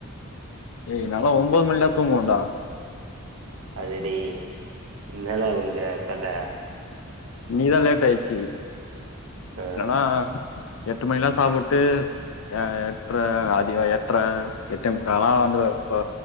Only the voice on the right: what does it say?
கதடி இன்னால உம்முடைய கத
ஆ